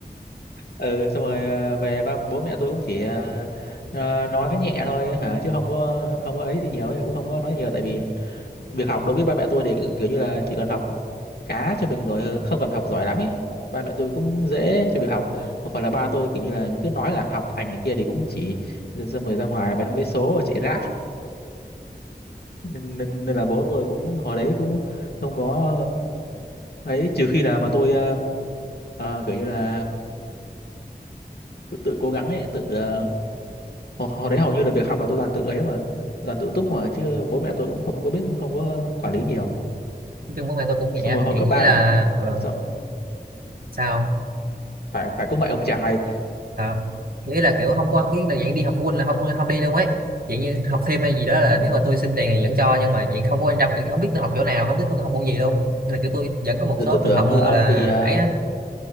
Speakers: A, on the left (about 70°); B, on the right (about 60°).
A: <laughs> ừ xong rồi à, về ba bố mẹ tôi cũng chỉ à, à, nói nhẹ thôi hả chứ không có không có ấy gì nhiều ấy cũng không có nói nhiều tại vì việc học đối với ba mẹ tôi thì kiểu kiểu như là chỉ cần học khá cho mình rồi không cần học giỏi lắm ấy ba mẹ tôi cũng dễ cho việc học một phần là ba tôi kiểu như là cứ nói là học hành này kia thì cũng chỉ xong rồi ra ngoài bán vé số rồi chạy ráp nên nên, nên là bố tôi cũng hồi đấy cũng không có ờ, ấy trừ khi là mà tôi ờ, ờ, kiểu như là tôi tự cố gắng ấy tự ờ, hồi, hồi đấy hầu như là việc học là tôi làm tự ấy mà là tự túc mà chứ bố mẹ tôi cũng không có biết không có quản lý nhiều
B: nói chung bố mẹ tôi cũng nhẹ
A: xong rồi hồi
B: vậy
A: cấp
B: nghĩ
A: ba
B: là
A: là-
B: ờ,
A: xong,
B: sao
A: phải phải cũng vậy ông trai
B: à, nghĩ là kiểu không có cái là dạng đi học phụ huynh là không không đi đâu ấy dạng như học thêm hay gì đó là
A: Ừ.
B: nếu mà tôi xin tiền thì vẫn cho nhưng mà dạng không có quan tâm không biết tôi học chỗ nào không biết tôi học môn gì luôn nên là kiểu tôi vẫn có một
A: tôi,
B: số
A: tôi
B: trường
A: tưởng
B: hợp
A: ờ,
B: tôi gọi
A: ông
B: là
A: bị ờ,
B: ấy á